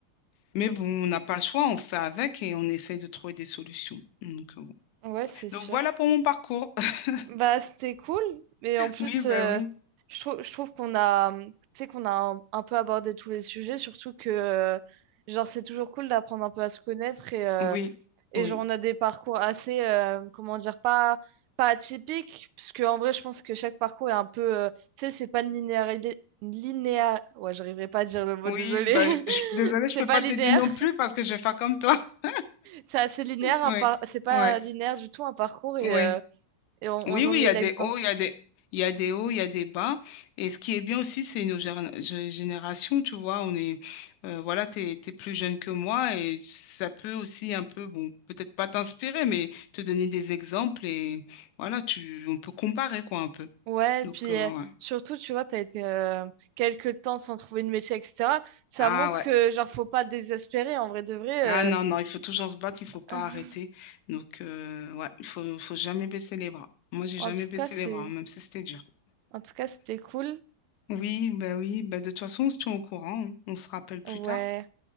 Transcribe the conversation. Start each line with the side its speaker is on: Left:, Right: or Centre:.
Left: Mais bon, on n'a pas le choix, on fait avec et on essaye de trouver des solutions. Donc, euh, bon.
Right: ouais c'est sûr
Left: Donc voilà pour mon parcours. <laughs>
Right: Bah, c'était cool. Et en plus,
Left: Oui, bah
Right: euh,
Left: oui,
Right: je trouve, je trouve qu'on a, hum, tu sais, qu'on a un, un peu abordé tous les sujets, surtout que, euh, genre, c'est toujours cool d'apprendre un peu à se connaître et, euh,
Left: oui,
Right: et
Left: oui,
Right: genre, on a des parcours assez, euh, comment dire, pas, pas atypiques, parce que, en vrai, je pense que chaque parcours est un peu, euh, tu sais, c'est pas linéaire, linéa ouais, j'arriverai pas à dire le mot,
Left: oui.
Right: désolé.
Left: Bah,
Right: <laughs>
Left: je- désolée,
Right: C'est
Left: je peux
Right: pas
Left: pas
Right: linéaire.
Left: t'aider non plus parce que je vais faire comme toi. <laughs>
Right: C'est assez linéaire,
Left: Oui,
Right: un par- c'est pas
Left: oui,
Right: linéaire du tout un parcours et,
Left: oui.
Right: euh, et on, on
Left: Oui, oui,
Right: en est
Left: il y a
Right: l'exemple.
Left: des hauts, il y a des, il y a des hauts, il y a des bas. Et ce qui est bien aussi, c'est nos gér- gé- générations, tu vois. On est, euh, voilà, t'es, t'es plus jeune que moi et ça peut aussi un peu, bon, peut-être pas t'inspirer, mais te donner des exemples et voilà, tu, on peut comparer quoi un peu.
Right: Ouais,
Left: Donc,
Right: et puis
Left: euh,
Right: euh,
Left: ouais.
Right: surtout, tu vois, t'as été euh, quelques temps sans trouver de métier, etc. Ça
Left: Ah
Right: montre
Left: ouais.
Right: que, genre, faut pas désespérer, en vrai de vrai.
Left: Ah non,
Right: euh.
Left: non, il faut toujours se battre, il faut
Right: <laughs>
Left: pas arrêter. Donc, euh, ouais, il faut, faut jamais baisser les bras. Moi, j'ai
Right: En
Left: jamais
Right: tout
Left: baissé
Right: cas, c'est...
Left: les bras, hein, même si c'était dur.
Right: En tout cas, c'était cool.
Left: Oui, bah oui, bah de toute façon, on se tient au courant, hein. On se rappelle plus
Right: Ouais,
Left: tard.